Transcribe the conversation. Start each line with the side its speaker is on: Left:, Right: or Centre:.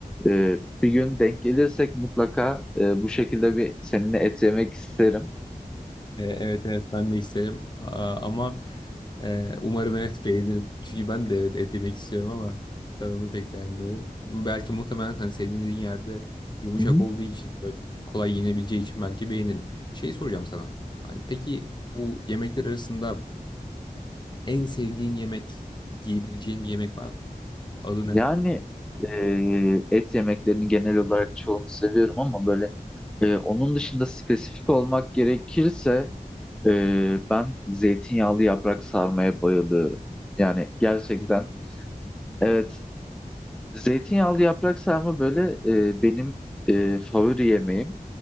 Centre: E, bir gün denk gelirsek mutlaka e, bu şekilde bir seninle et yemek isterim.
Left: E, Evet evet ben de isterim A- ama e, umarım evet beğenirim. Çünkü ben de evet et yemek istiyorum ama tadını pek beğenmiyorum. Belki muhtemelen hani senin dediğin yerde yumuşak
Centre: Hı hı.
Left: olduğu için böyle kolay yenebileceği için belki beğenirim. Şey soracağım sana. Hani peki bu yemekler arasında en sevdiğin yemek diyebileceğin bir yemek var. Adı ne?
Centre: Yani e, et yemeklerinin genel olarak çoğunu seviyorum ama böyle e, onun dışında spesifik olmak gerekirse e, ben zeytinyağlı yaprak sarmaya bayılıyorum. Yani gerçekten
Left: Zeytinyağlı.
Centre: evet zeytinyağlı yaprak sarma böyle e, benim e, favori yemeğim.